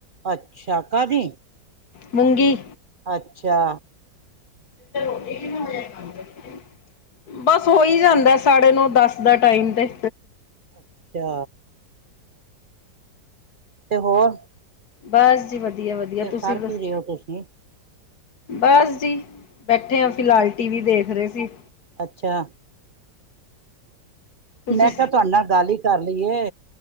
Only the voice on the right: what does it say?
ਅੱਛਾ, ਕਾਦੀ?
ਅੱਛਾ।
ਅੱਛਾ। ਤੇ ਹੋਰ
ਫਿਰ
ਕਰ
ਕੀ ਰਹੇ ਹੋ ਤੁਸੀਂ
ਅੱਛਾ।
ਮੈਂ ਕੇਆ ਤੁਆਡੇ ਨਾਲ ਗੱਲ ਈ ਕਰ ਲਈਏ।